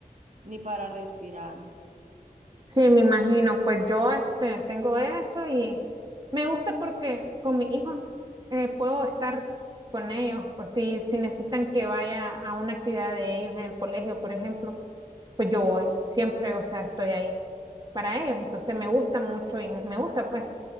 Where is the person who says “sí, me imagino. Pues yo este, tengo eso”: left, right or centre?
Right